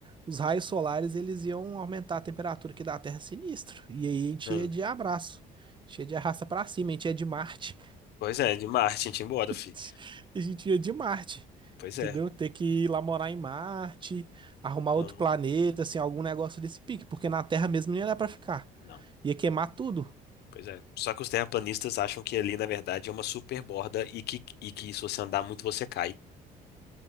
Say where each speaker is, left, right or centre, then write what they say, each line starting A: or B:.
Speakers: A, on the right; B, on the left.
A: os raios solares eles iam aumentar a temperatura aqui da Terra sinistro. E aí a gente
B: hum.
A: ia de abraço, a gente ia de arrasta pra cima, a gente ia de Marte,
B: Pois é, de Marte, a gente ia embora,
A: <laughs>
B: fi.
A: a gente ia de Marte,
B: Pois
A: entendeu?
B: é.
A: Ter que ir lá morar em Marte, arrumar
B: Então,
A: outro planeta, assim, algum negócio desse pique, porque na Terra mesmo não ia dar pra ficar.
B: não.
A: Ia queimar tudo.
B: Pois é. Só que os terraplanistas acham que ali, na verdade, é uma super borda e que, e que se você andar muito, você cai.